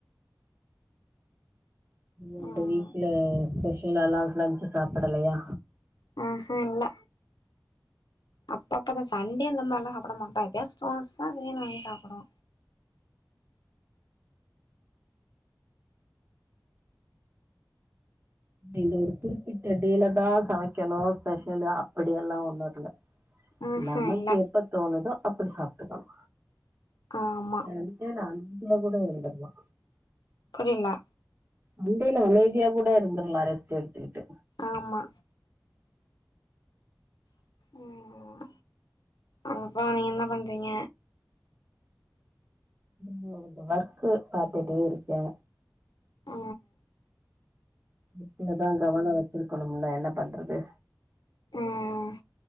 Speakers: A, on the right; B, on the left.
A: இந்த
B: ம்
A: வீட்ல ஸ்பெஷல் அலா லஞ்ச்சு சாப்படலையா
B: ஆ அ இல்ல அப்பப்பதா சண்டே இந்த மார்லா சாப்பிட மாட்டோ எப்பையாச் தோணுச்னா திடீர்னு வாங்கி சாப்டுவோ
A: இந்த ஒரு குறிப்பிட்ட டேலாதா சமைக்கணு ஸ்பெஷலு அப்பிடியெல்லா ஒன்னு இல்ல
B: ஆஹா
A: நமக்கு
B: இல்ல
A: எப்பத் தோணுதோ அப்பிடி சாப்ட்டுக்கன்
B: ஆமா
A: நன் ஏனா அந்தியா கூட இருந்தர்லா
B: புரிலா
A: சண்டேல அமைதியா கூட இருந்திரலா ரெஸ்ட்டு எடுத்துகிட்டு
B: ஆமா ம் அப்போ நீங்க என்ன பண்றீங்க
A: கொஞ்ச ஒர்க்கு பாத்துட்டே இருக்கே
B: அ
A: இத்துலதா கவன வச்சிருக்கணுமில்ல என்னப் பண்றது
B: ம்